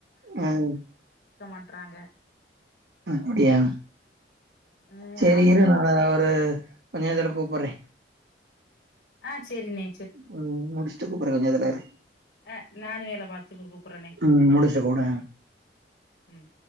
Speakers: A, on the right; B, on the left.
A: உஹ்
B: மாட்றாங்க
A: அப்படியா
B: ம்
A: சரி
B: ஆமாண்ணே
A: இரு ந ஆஹ் கொஞ்ச நேரத்துல கூப்புறேன்
B: ஆஹ் சரி நே
A: உம் முடிச் சு கூப்பர கொஞ்சதுல இருக்கு
B: அஹ் நானும் வேலை பாத்துட்டு கூப்பறேனே
A: ம் முடிச்சுட்டு கூப்புட்றே
B: உம்